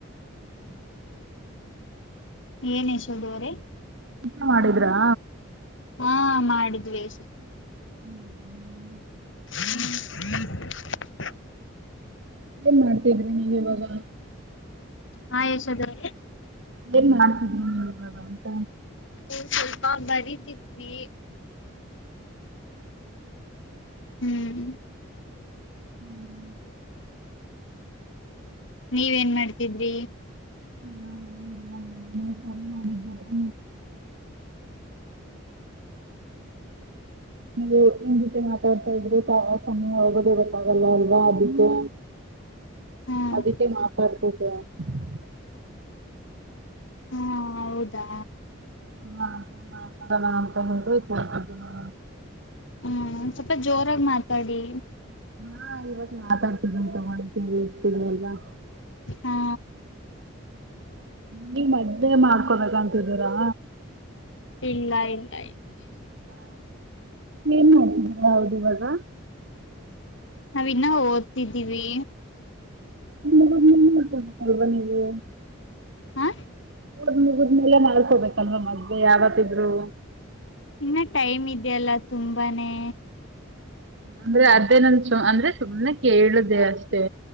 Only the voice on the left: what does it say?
ಏನ್ ಯಶೋಧ ಅವರೇ
ಹಾ ಮಾಡಿ ದ್ವಷ್
ಹ್ಮ ಹ್ಮ್ <inaudible>
ಹಾ ಯಶೋದ ಅವರೇ
ಹ್ಮ ಸ್ವಲ್ಪ ಬರುತ್ತಿದ್ವಿ. ಹ್ಮ್.
ನೀವೇನ್ ಮಾಡ್ತಿದ್ರಿ.
ಹ್ಮ್
ಹಾ ಹೌದಾ.
ಹ್ಮ್ ಸ್ವಲ್ಪ ಜೋರಾಗಿ ಮಾತಾಡಿ.
ಹಾ.
ಇಲ್ಲ ಇಲ್ಲ ಇಲ್ಲ ಇ
ನಾವ್ ಇನ್ನ ಓದ್ತಿದ್ದೀವಿ.
ಹಾ.
ಇನ್ನ ಟೈಮ್ ಇದ್ಯಲ್ಲ. ತುಂಬಾನೇ.